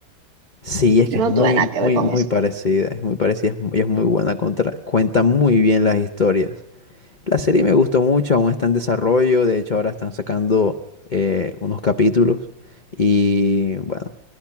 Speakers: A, on the left; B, on the right.
A: Sí, es
B: Yo
A: que
B: no
A: es muy,
B: tuve nada que ver
A: muy,
B: con
A: muy
B: eso.
A: parecida, es muy parecida es mu- y es muy buena, contra- cuenta muy bien las historias. La serie me gustó mucho, aún está en desarrollo, de hecho ahora están sacando eh, unos capítulos y bueno,